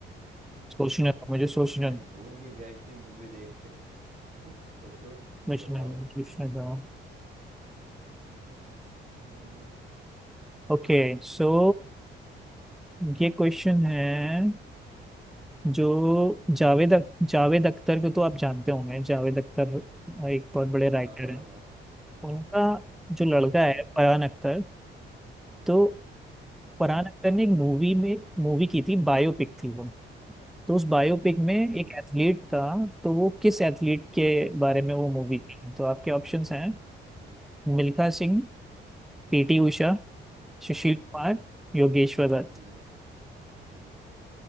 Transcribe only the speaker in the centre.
सोचने दो, मुझे सोचने
दो,
मुझे
सोचने दो
ओके सो ये क्वेश्चन है जो जावेद अख- जावेद अख्तर को तो आप जानते होंगे जावेद अख्तर
एक बहुत बड़े राइटर
हैं
उनका जो लड़का
है
फरहान अख्तर तो फरहान
अख्तर ने एक मूवी में मूवी की थी बायोपिक थी वो तो उस बायोपिक में
एक एथलीट था तो वो किस एथलीट के बारे में वो मूवी
थी तो आपके ऑप्शंस हैं
मिल्खा सिंह पीटी उषा सुशील
कुमार योगेश्वर दत्त